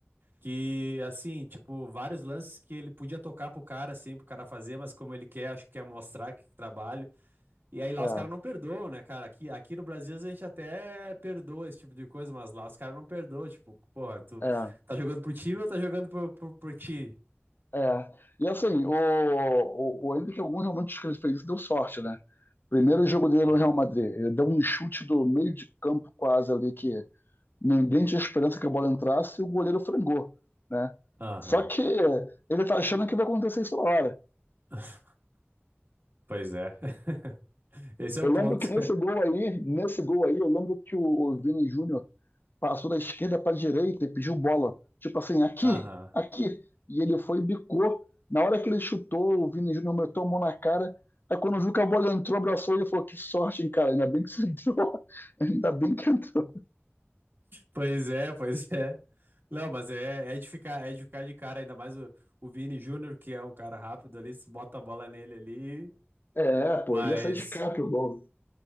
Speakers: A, on the right; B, on the left.
A: Que, assim, tipo, vários lances que ele podia tocar pro cara, assim, pro cara fazer, mas como ele quer, acho que quer mostrar que trabalho. E aí lá
B: É,
A: os caras não perdoam, né, cara? Aqui, aqui no Brasil às vezes, a gente até perdoa esse tipo de coisa, mas lá os caras não perdoam. Tipo, porra, tu
B: é.
A: tá jogando pro time ou tá jogando por, por, por ti?
B: É. E assim, o, o, o ainda que algum realmente dos que ele fez isso, deu sorte, né? Primeiro jogo dele
A: Pois
B: no Real
A: é.
B: Madrid, ele deu um chute do meio de campo quase ali que ninguém tinha esperança que a bola entrasse e o goleiro frangou, né?
A: Aham.
B: Só que ele tá achando que vai acontecer isso na hora.
A: <laughs> Pois é. <laughs> Esse é
B: Eu
A: o ponto.
B: lembro que nesse gol aí, nesse gol aí, eu lembro que o, o Vini Júnior passou da esquerda para a direita e pediu bola. Tipo assim, aqui,
A: <laughs> Aham.
B: aqui. E ele foi e bicou. Na hora que ele chutou, o Vini Júnior meteu a mão na cara. Aí quando viu que a bola entrou, abraçou ele e falou: Que sorte, hein, cara? Ainda bem que você entrou. <laughs> Ainda bem que entrou.
A: Pois é, pois é. Não, mas é, é de ficar, é de ficar de cara, ainda mais o, o Vini Júnior, que é um cara rápido ali, se bota a bola nele ali,
B: É, pô,
A: mas
B: ele já saiu de capa o gol.